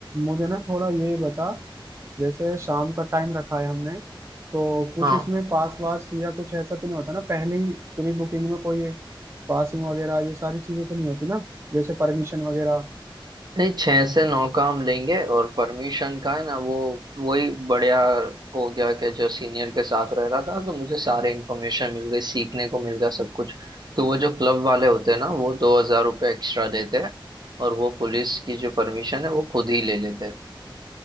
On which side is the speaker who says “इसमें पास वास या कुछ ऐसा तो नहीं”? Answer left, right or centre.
Right